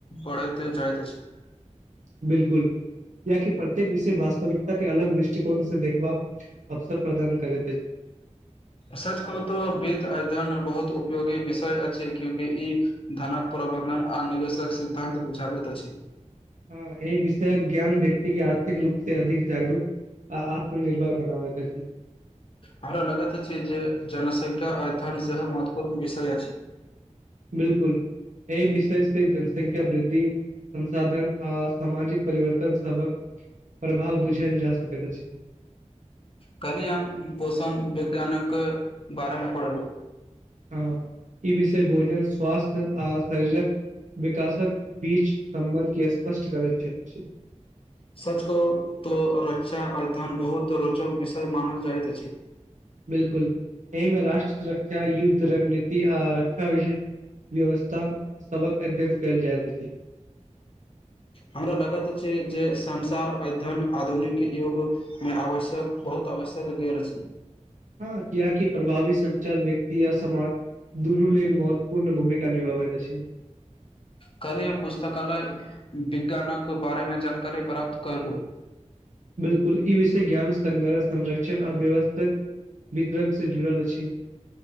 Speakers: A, on the left; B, on the right.
A: पढ़ैत जाइत छी।
B: बिलकुल याकि प्रत्येक विषय वास्तविकता के अलग दृष्टिकोण से देखबाक अवसर प्रदान करैत।
A: सच कह त वित्त अध्ययन बहुत उपयोगी विषय अछि क्यूंकि ई धनक प्रबन्धन आ निवेशक सिद्धान्त बुझाबैत अछि।
B: हँ एहि विषय ज्ञान व्यक्ति के आर्थिक रूप से अधिक जागरूक आ आत्मनिर्भर बनाबैत अछि।
A: हमरा लगैत अछि जे जनसंख्या अध्ययन सेहो महत्वपूर्ण विषय अछि।
B: बिलकुल एहि विषय से जनसंख्या वृद्धि संसाधन आ सामाजिक परिवर्तन सबक प्रभाव बुझल जा सकैत अछि
A: खाली आम पोषण गानक बारमे पड़ल।
B: हँ ई विषय भोजन स्वास्थ्य आ शरीरक विकासक बीच सम्बन्ध के स्पष्ट करैत छी।
A: सच को तो रचा अध्ययन बहोत रोचक विषय मानल जाएत अछि।
B: बिलकुल ए मे राष्ट्र सुरक्षा, युद्ध रणनीति आ रक्षा <unintelligible> व्यवस्था सबक अध्यन काएल जाएत अछि।
A: हमरा लगत अछि जे संसार अध्यन आधुनिक युग मे आवश्यक बहुत आवश्यक गेल अछि।
B: हाँ कियाकी प्रभावित सच्चर व्यक्ति या समाज दुनू लेल मौ पूर्ण भूमिका निभावैत अछि। <inaudible>
A: कलहि हम पुस्तकालय विज्ञानक बारेमे जानकारी प्राप्त कलू
B: बिलकुल ई विषय ज्ञान स्रह संरक्षण आ व्यवस्थित वितरण से जुड़ल अछि।